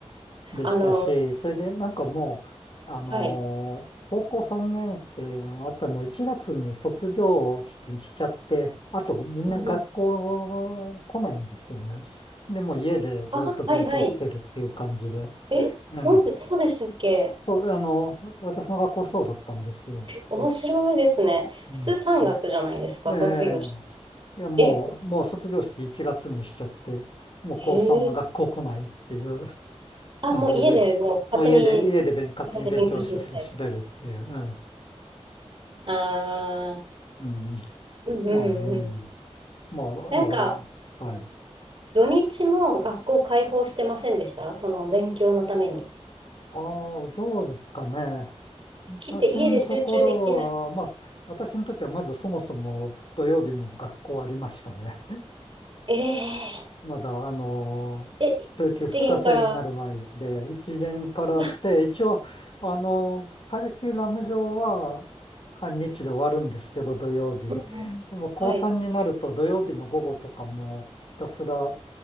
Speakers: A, on the left; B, on the right.
A: でしたし、
B: あの、
A: それでなんかもう、あのー高校3年生のあったらもう1月に卒業式にしちゃって、
B: はい。
A: あとみんな学校来ないんですよね。
B: うんうん
A: で、もう家でずっと勉強してるっていう感じで。
B: あ、はいはい。え、
A: ええ
B: なんで、そうでしたっけ
A: そう、あの、私の学校そうだったんですよ。
B: 面白いですね。
A: うん。
B: 普通う3月じゃないですか、
A: ええ
B: 卒業式。
A: いや、もう、
B: え、
A: もう卒業式1月にしちゃって、もう高3は学校来ないっていう。
B: へえ。あ、
A: うん、
B: もう家でもう勝手に
A: で、もう家で、家で勉勝手に勉強して進めるっていう。
B: 自分で勉強しなさい。ああ、
A: うん。うん。
B: うんうんうん。
A: まあ、うん。まあ、
B: なんか、
A: もう、はい。
B: 土日も学校開放してませんでしたその勉強のために。
A: ああ、どうですかね。
B: 来て家で集中できない。
A: 私のところは、まあ、私にとってはまずそもそも土曜日も学校ありましたね。
B: え
A: まだ、あのー、
B: ええ、
A: 中級2日制になる前で、
B: 一限から。
A: 1年からあって、
B: うわ
A: 一応、あのーカリキュラム上は半日で終わるんですけど、土曜日。
B: うんうんはい。
A: でも高3になると土曜日の午後とかもひたすら